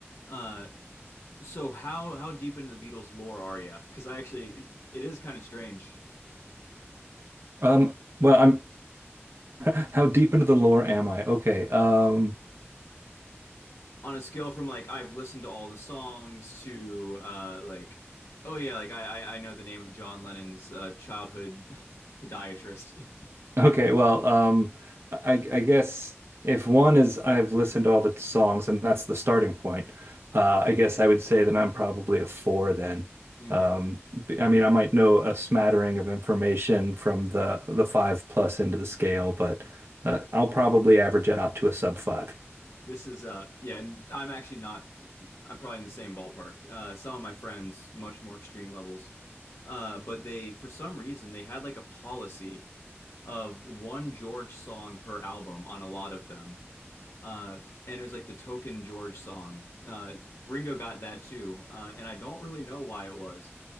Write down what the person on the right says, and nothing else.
Um, well, I'm <laughs> how deep into the lore am I? Okay. Um,
Okay, well, um, I, I guess if one is I've listened to all the songs and that's the starting point, uh, I guess I would say that I'm probably a four then.
Um, b- I mean, I might know a smattering of information from the the five plus into the scale, but uh, I'll probably average out to a sub five.